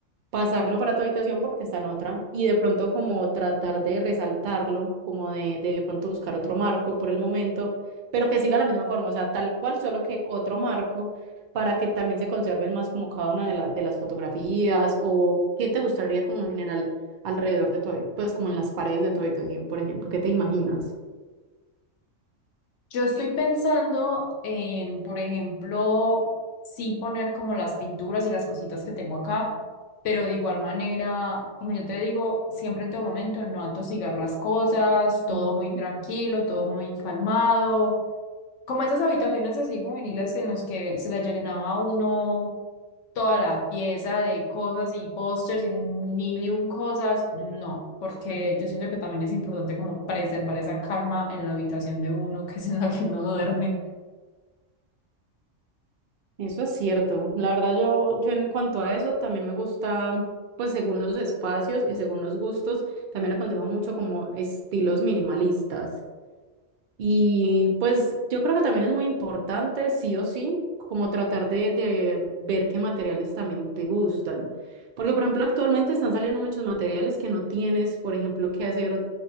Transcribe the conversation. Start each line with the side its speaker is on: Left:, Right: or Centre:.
Right: pasarlo para tu habitación porque está en otra y de pronto como tratar de resaltarlo, como de, de pronto buscar otro marco por el momento, pero que siga la misma forma, o sea, tal cual, solo que otro marco para que también se conserven más como cada una de, la- de las fotografías o qué te gustaría como en general alrededor de tu, habi- pues como en las paredes de tu habitación, por ejemplo, ¿qué te imaginas?
Left: yo estoy pensando en, por ejemplo, sí poner como las pinturas y las cositas que tengo acá, pero de igual manera, como yo te digo, siempre en todo momento no atosigar las cosas, todo
Right: Ujú.
Left: muy tranquilo, todo muy calmado. como esas habitaciones así juveniles en las que se le llenaba a uno toda la pieza de cosas y pósters y mil y un cosas, no, porque yo siento que también es importante como preservar esa calma en la habitación de uno, que es en la que uno duerme.
Right: Eso es cierto. La verdad, yo, yo en cuanto a eso también me gusta, pues según los espacios y según los gustos, también aconsejo mucho como estilos minimalistas. Y pues yo creo que también es muy importante, sí o sí, como tratar de, de ver qué materiales también te gustan. Porque, por ejemplo, actualmente están saliendo muchos materiales que no tienes, por ejemplo, que hacer